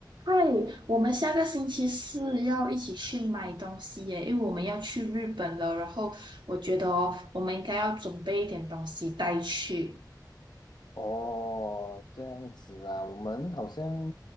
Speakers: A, on the right; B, on the left.
A: 嗨，我们下个星期四要一起去买东西耶，因为我们要去日本了。然后我觉得哦，我们应该要准备一点东西带去。
B: 哦，这样子啊，我们好像